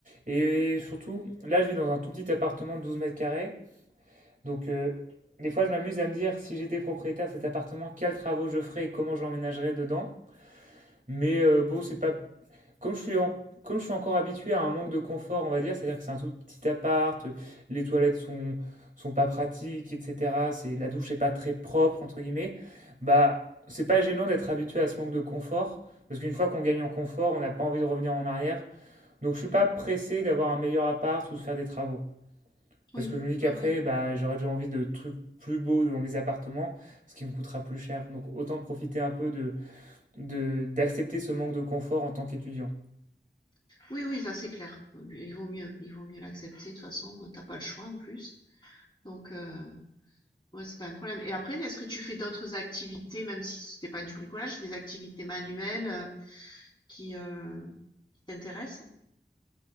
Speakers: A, on the right; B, on the left.
A: Et surtout, là, je vis dans un tout petit appartement de 12 mètres carrés, donc euh, des fois, je m'amuse à me dire, si j'étais propriétaire de cet appartement, quels travaux je ferais et comment je l'emménagerais dedans. Mais euh, bon, c'est pas Comme je suis en- comme je suis encore habitué à un manque de confort, on va dire, c'est-à-dire que c'est un tout petit appart, euh, les toilettes sont, sont pas pratiques, etc. C'est, la douche n'est pas très propre, entre guillemets, bah, c'est pas gênant d'être habitué à ce manque de confort, parce qu'une fois qu'on gagne en confort, on n'a pas envie de revenir en arrière. Donc je suis pas
B: Mmh.
A: pressé d'avoir un meilleur appart ou de faire des travaux. Parce
B: Oui,
A: que je me dis qu'après,
B: oui, oui.
A: bah, j'aurais déjà envie de trucs plus beaux dans mes appartements, ce qui me coûtera plus cher. Donc autant profiter un peu de, de, d'accepter ce manque de confort en tant qu'étudiant.
B: Oui, oui, ça, c'est clair. Il vaut mieux il vaut mieux l'accepter, de toute façon, t'as pas le choix, en plus, donc heu Ouais, c'est pas un problème. Et après, est-ce que tu fais d'autres activités, même si c'était pas du bricolage, des activités manuelles euh, qui, euh, qui t'intéressent?